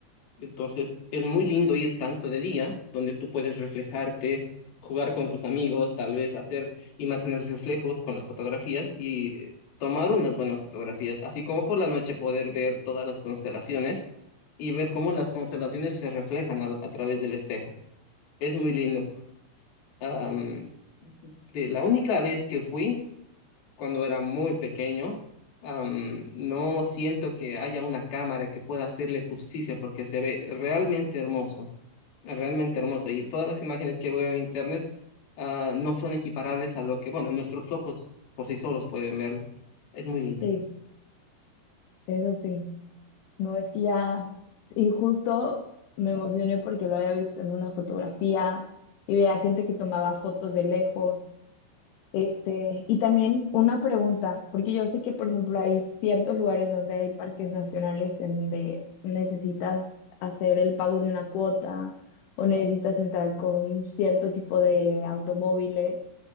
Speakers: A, on the left (about 55°); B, on the left (about 80°).
A: Entonces, es muy lindo ir tanto de día, donde tú puedes reflejarte, jugar con tus amigos, tal vez hacer imágenes reflejos con las fotografías y eh, tomar unas buenas fotografías, así como por la noche poder ver todas las constelaciones y ver cómo las constelaciones se reflejan al- a, través del espejo. Es muy lindo. Am, de la única vez que fui, cuando era muy pequeño, am, no siento que haya una cámara que pueda hacerle justicia porque se ve realmente hermoso. Es realmente hermoso. Y todas las imágenes que veo en internet ah, no son equiparables a lo que, bueno, nuestros ojos por sí solos pueden verlo. Es muy lindo.
B: Sí, eso sí. No, es que ya, y justo me emocioné porque lo había visto en una fotografía y veía gente que tomaba fotos de lejos. Este, y también una pregunta, porque yo sé que, por ejemplo, hay ciertos lugares donde hay parques nacionales en donde necesitas hacer el pago de una cuota o necesitas entrar con cierto tipo de automóviles.